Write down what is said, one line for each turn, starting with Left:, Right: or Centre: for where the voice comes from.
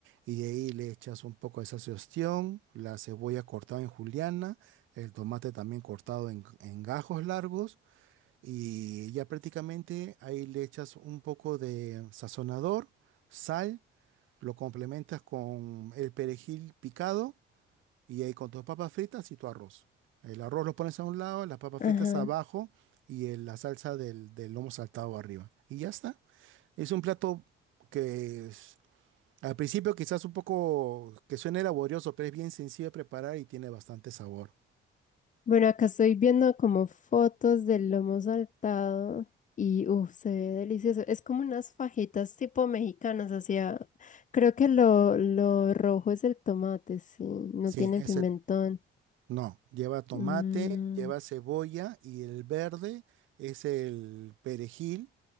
Right: y de ahí le echas un poco de salsa de ostión, la cebolla cortada en juliana, el tomate también cortado en, en gajos largos, y ya prácticamente ahí le echas un poco de sazonador, sal, lo complementas con el perejil picado y ahí con tus papas fritas y tu arroz. El arroz lo pones a un lado, las papas
Left: ajá.
Right: fritas abajo y el- la salsa del, del lomo saltado arriba. Y ya está. Es un plato que es- al principio quizás un poco que suene laborioso, pero es bien sencillo de preparar y tiene bastante sabor.
Left: Bueno, acá estoy viendo como fotos del lomo saltado y uff, se ve delicioso. Es como unas fajitas tipo mexicanas, o sea, creo que lo, lo rojo es el tomate, sí, no
Right: Sí,
Left: tiene
Right: ese
Left: pimentón.
Right: no, lleva tomate,
Left: Mm,
Right: lleva cebolla y el verde es el perejil